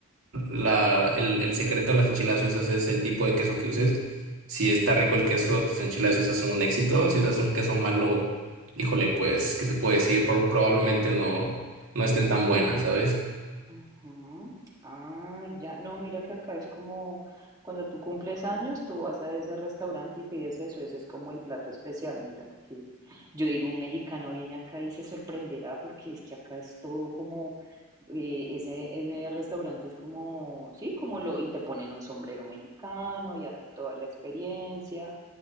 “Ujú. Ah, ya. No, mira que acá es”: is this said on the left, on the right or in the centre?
Right